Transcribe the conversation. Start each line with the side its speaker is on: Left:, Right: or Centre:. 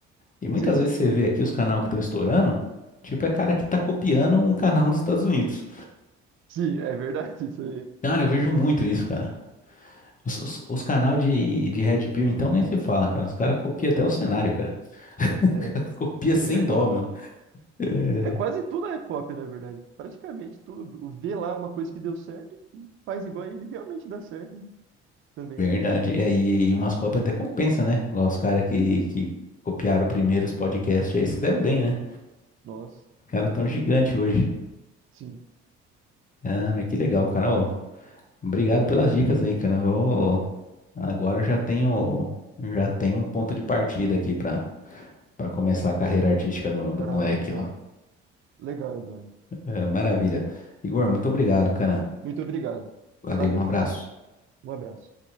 Left: E muitas
Right: Sim,
Left: vezes você vê aqui os canais que estão estourando, tipo, é cara que tá copiando um canal dos Estados Unidos.
Right: sim, é verdade. <laughs> Isso aí
Left: Cara, eu vejo muito isso, cara. Os, os, os canal de, de Red Pill, então, nem se fala, cara. Os caras copiam até o cenário, cara. <laughs>
Right: é,
Left: Copia sem
Right: é verdade.
Left: dó, meu. É
Right: É quase tudo é cópia, na verdade. Praticamente tudo. Vê lá é uma coisa que deu certo e faz igual e ele realmente dá certo né? também.
Left: Verdade. É, e, e umas cópias até compensa, né? Igual os caras que, que copiaram primeiro os podcasts aí se deram bem, né?
Right: Nossa,
Left: Cara tão gigante hoje.
Right: sim.
Left: Ah, mas que legal, cara. Ô, obrigado pelas dicas aí, cara. Vou... Agora eu já tenho, já tenho um ponto de partida aqui pra para começar a carreira artística do, do
Right: Ah,
Left: moleque
Right: legal.
Left: lá.
Right: Legal, Eduardo.
Left: É, maravilha. Igor, muito obrigado, cara.
Right: Muito obrigado.
Left: Valeu,
Right: Valeu.
Left: um abraço.
Right: Um abraço.